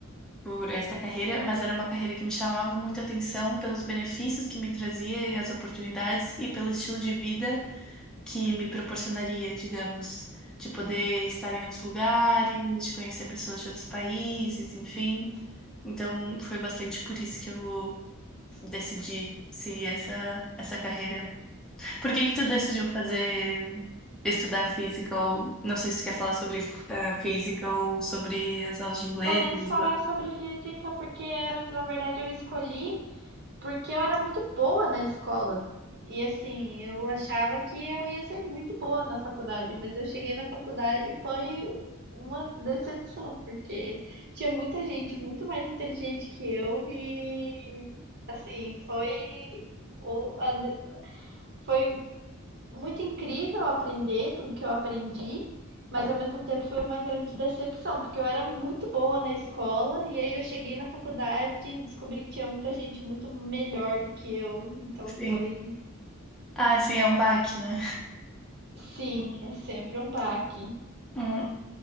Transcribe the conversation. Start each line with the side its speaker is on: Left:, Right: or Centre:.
Centre: por esta carreira, mas era uma carreira que me chamava muita atenção pelos benefícios que me trazia e as oportunidades e pelo estilo de vida que me proporcionaria, digamos, de poder estar em outros lugares, de conhecer pessoas de outros países, enfim. Então, foi bastante por isso que eu decidi seguir essa essa carreira. Por que que tu decidiu fazer estudar física ou não sei se tu quer falar sobre eh, física ou sobre as aulas de inglês?
Right: Podemos
Centre: os
Right: falar
Centre: dois.
Right: sobre física porque, na verdade, eu escolhi porque eu era muito boa na escola. E assim, eu achava que eu ia ser muito boa na faculdade, mas eu cheguei na faculdade e foi uma decepção, porque tinha muita gente muito mais inteligente que eu e assim, foi o- a de- foi muito incrível aprender tudo que eu aprendi, mas ao mesmo tempo foi uma grande decepção, porque eu era muito boa na escola e aí eu cheguei na faculdade e descobri que tinha muita gente muito melhor do que eu, então
Centre: Sim.
Right: foi,
Centre: Ah, sim, é um baque, né?
Right: sim, é sempre um baque.
Centre: Hum.